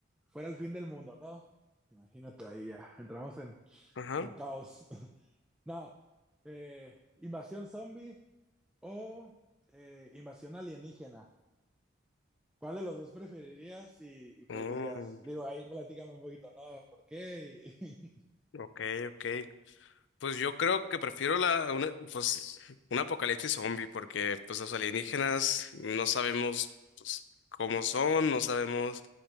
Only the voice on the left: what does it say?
Ajá.
Oh,
ok, ok. Pues yo creo que prefiero la, una, pues, un apocalipsis zombie, porque pues los alienígenas no sabemos pues, cómo son, no sabemos